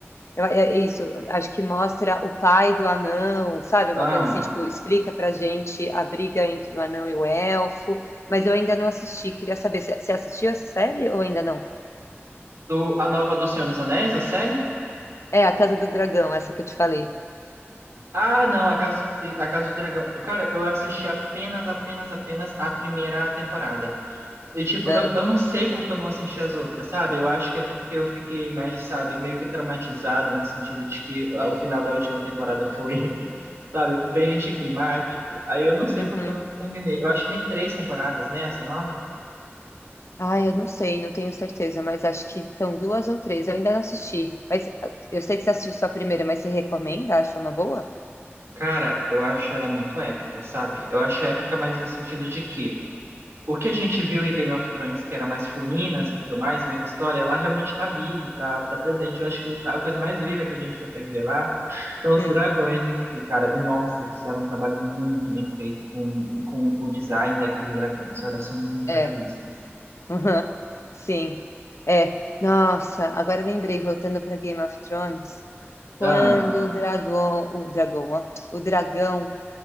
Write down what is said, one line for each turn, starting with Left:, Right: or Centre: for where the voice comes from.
Left: eu- é, é isso. Acho que mostra o pai do anão, sabe?
Right: ah.
Left: Uma coisa assim, tipo, explica pra gente a briga entre o anão e o elfo. Mas eu ainda não assisti. Queria saber, você você assistiu essa série ou ainda não?
Right: Do, a nova do Senhor dos Anéis, a série?
Left: É, A Casa do Dragão, essa que eu te falei.
Right: Ah, não, a Casa, a Casa do Dragão. Cara, eu assisti apenas, apenas, apenas a primeira temporada. E, tipo,
Left: Ah,
Right: eu, eu não sei porque eu não assisti as outras, sabe? Eu acho que é porque eu fiquei mais, sabe, meio que traumatizado no sentido de que ah, o final da última temporada foi, <laughs> sabe, bem anticlimático. Aí eu não sei
Left: uhum.
Right: porque eu não terminei. Eu acho que tem três temporadas, né, essa nova?
Left: Ai, eu não sei, não tenho certeza, mas acho que são duas ou três. Eu ainda não assisti. Mas ah, eu sei que você assistiu só a primeira, mas você recomenda? Acha uma boa?
Right: Cara, eu acho ela muito épica, sabe? Eu acho épica mais no sentido de que o que a gente viu em Game of Thrones, que era mais ruínas e tudo mais, mais história, lá realmente tá vivo, tá, tá presente. Eu acho que o- a coisa mais viva que a gente consegue ver lá São os
Left: Hum,
Right: dragões em si, cara. E nossa, eles fizeram um trabalho muito bem feito com, com o design daqueles dragões. Olha, são muito
Left: é.
Right: realistas.
Left: <laughs> Uhum. Sim. É. Nossa, agora lembrei, voltando para Game of Thrones, quando
Right: Ah,
Left: o dragão, o dragão, ó, o dragão